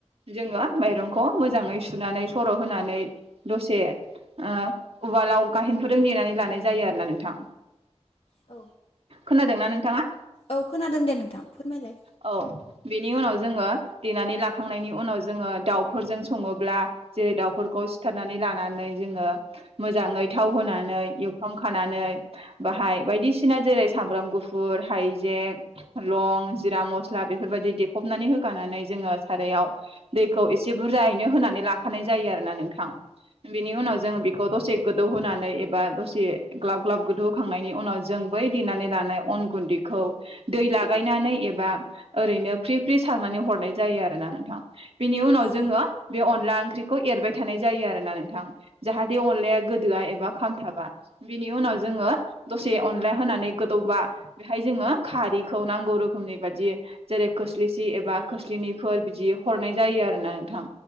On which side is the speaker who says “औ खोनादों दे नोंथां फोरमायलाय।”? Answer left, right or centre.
Left